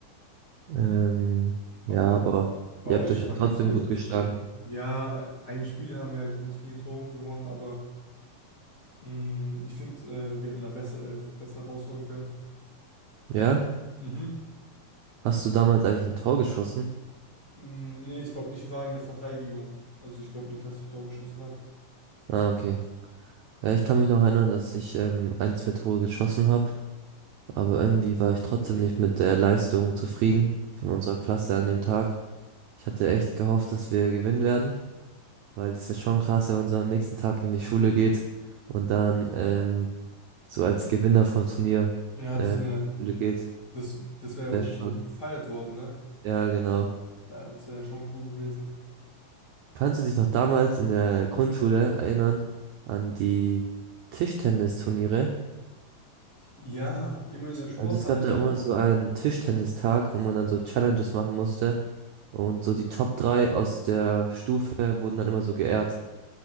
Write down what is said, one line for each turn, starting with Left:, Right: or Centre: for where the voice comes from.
Right: Ähm, ja,
Left: Aber
Right: aber
Left: bei
Right: ihr
Left: euch
Right: habt euch ja
Left: waren
Right: trotzdem
Left: ja viele
Right: gut
Left: Fußballer.
Right: geschlagen.
Left: Ja, ein Spiel haben wir halt mit vielen Toren gewonnen, aber. Mm, ich finde, äh, wir hätten da besser, äh, besser rausholen können.
Right: Ja?
Left: Mhm.
Right: Hast du damals eigentlich ein Tor geschossen?
Left: Mm, nee, ich glaube, ich war in der Verteidigung. Also ich glaube nicht, dass ich ein Tor geschossen habe.
Right: Ah, okay. Ja, ich kann mich noch erinnern, dass ich ähm, ein, zwei Tore geschossen habe, aber irgendwie war ich trotzdem nicht mit der Leistung zufrieden von unserer Klasse an dem Tag. Ich hatte echt gehofft, dass wir gewinnen werden, Weil das ist ja schon krass, wenn man so am nächsten Tag in die Schule geht und dann ähm, so als Gewinner vom Turnier
Left: Ja,
Right: ähm,
Left: das, äh,
Right: Schule geht.
Left: das, das wäre
Right: Wäre
Left: ja auch
Right: schon.
Left: richtig gefeiert worden, ne?
Right: Ja, genau.
Left: Ja, das wäre ja schon cool gewesen.
Right: Kannst du dich noch damals in der Grundschule erinnern an die Tischtennisturniere?
Left: Ja, immer in der Sporthalle,
Right: Also es gab da
Left: ne?
Right: immer so einen Tischtennistag, wo man dann so Challenges machen musste. Und so die Top 3 aus der Stufe wurden dann immer so geehrt.